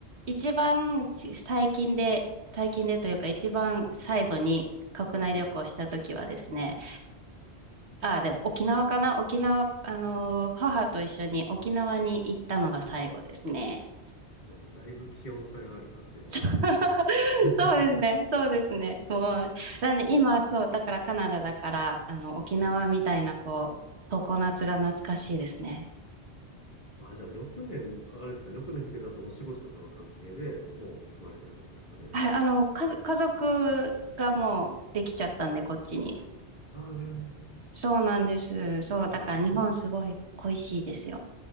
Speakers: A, on the right (about 75°); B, on the left (about 40°).
A: 一番ち最近で、最近でというか一番最後に国内旅行した時はですね、
B: うん。
A: ああ、でも沖縄かな沖縄、あのー母と一緒に沖縄に行ったのが最後ですね。
B: あじゃあもうだいぶ気温差がある感じの。
A: <laughs>
B: <laughs>
A: そうですね、そうですね。もう、なんで今、そう、だからカナダだから、あの、沖縄みたいな、
B: うん。
A: こう、常夏が懐かしいですね。
B: あ、じゃあ6年、ああれですか、6年っていうのはそのお仕事とかの関係でもう住まれてる感じですかね。
A: はい、あの、家族、家族がもうできちゃったんで、こっちに。
B: ああ、なるほど。
A: そうなんです。そう、だから日本すごい恋しいですよ。
B: まあ、そう、